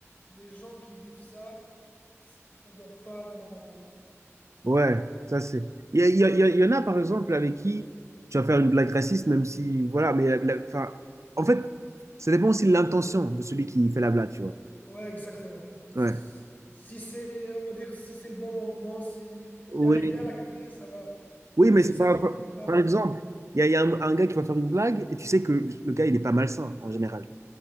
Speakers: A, on the left; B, on the right.
A: les gens qui vivent ça, Ça doit pas être marrant pour eux.
B: Ouais, ça c'est. Il y, a- il y a- il y a- il y en a, par exemple, avec qui tu vas faire une blague raciste, même si, voilà, mais la- la- enfin, en fait, ça dépend aussi de l'intention de celui qui fait la blague, tu vois.
A: Ouais, exactement.
B: Ouais.
A: Si c'est, on va dire, si c'est le bon moment, si
B: Oui,
A: il arrive bien à la clé, ça va.
B: Oui,
A: Mais
B: mais
A: si
B: c'est
A: ça
B: pas,
A: arrive pas,
B: par
A: genre,
B: exemple, il y a, il y a un, un gars qui va faire une blague et tu sais que le gars, il est pas malsain en général.